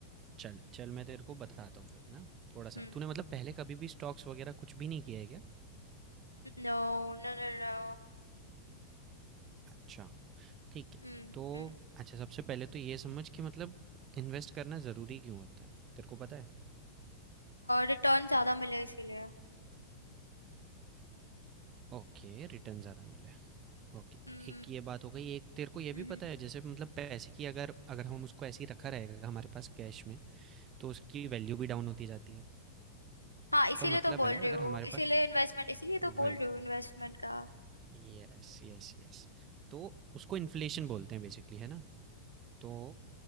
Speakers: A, on the right (about 30°); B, on the left (about 85°).
A: चल चल मैं तेरे को बताता हूँ फिर ना थोड़ा-सा।
B: हम्म
A: तूने मतलब पहले कभी भी स्टॉक्स वगैरह कुछ भी नहीं किया है क्या?
B: No no no no
A: अच्छा, ठीक है।
B: हम्म
A: तो
B: हम्म
A: अच्छा सबसे पहले तो ये समझ कि मतलब इन्वेस्ट करना ज़रूरी क्यों होता है? तेरे को पता है?
B: रिटर्न ज्यादा मिले इसीलिए
A: ओके, रिटर्न ज़्यादा मिले। ओके,
B: हम्म
A: एक ये बात हो गई। एक तेरे को ये भी
B: हम्म, हम्म।
A: पता है जैसे मतलब पैसे की अगर अगर हम उसको ऐसे ही रखा रहेगा हमारे पास कैश में, तो उसकी वैल्यू भी डाउन होती जाती है।
B: हाँ
A: उसका
B: इसीलिए
A: मतलब
B: तो बोल
A: है
B: रही
A: अगर
B: हूँ
A: हमारे
B: इसीलिए
A: पास
B: इन्वेस्टमेंट इसीलिए तो
A: वही
B: बोल रही हूँ इन्वेस्टमेंट का
A: यस, यस, यस। तो उसको इन्फ्लेशन बोलते हैं बेसिकली, है ना? तो